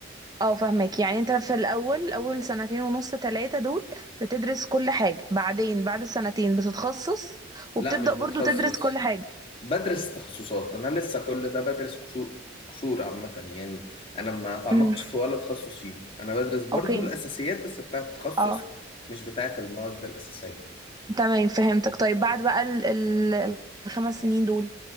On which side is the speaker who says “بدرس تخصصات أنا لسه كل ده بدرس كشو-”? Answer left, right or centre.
Left